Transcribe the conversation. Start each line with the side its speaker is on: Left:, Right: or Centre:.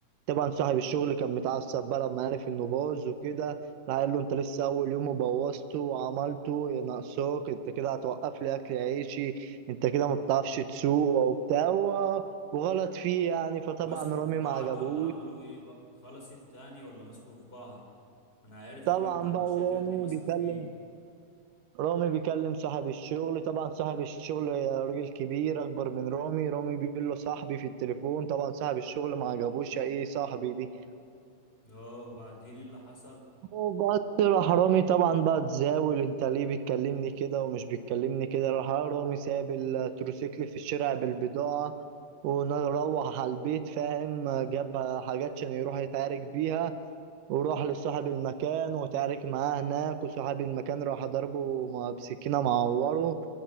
Right: طبعا صاحب الشغل كان متعصب بقى لما عرف انه باظ وكده راح قال له انت لسه اول يوم وبوظته وعملته يا ناقصاك انت كده هتوقف لي اكل عيشي انت كده ما بتعرفش تسوق وبتاع و- وغلط فيه يعني فطبعا
Left: مسكوا
Right: رامي
Left: في بعض
Right: ما عجبهوش
Left: ولا عملوا ايه بقى خلص التاني ولا مسكوا في بعض انا عارف
Right: طبعا
Left: رامي بتاع مشاكل
Right: بقى ورامي
Left: هتلاقيه مسك
Right: بيكلم
Left: فيه
Right: رامي بيكلم صاحب الشغل طبعا صاحب الشغل راجل كبير اكبر من رامي رامي بيقول له صاحبي في التليفون طبعا صاحب الشغل ما عجبوش ايه صاحبي دي
Left: اه وبعدين إيه اللي حصل
Right: وبس راح رامي طبعا بقى تزاول انت ليه بتكلمني كده ومش بتكلمني كده راح رامي ساب التروسيكل في الشارع بالبضاعة وروح على البيت فاهم جاب حاجات عشان يروح يتعارك بيها وراح لصاحب المكان وتعارك معاه هناك وصاحب المكان راح ضربه مع- بسكينة معوره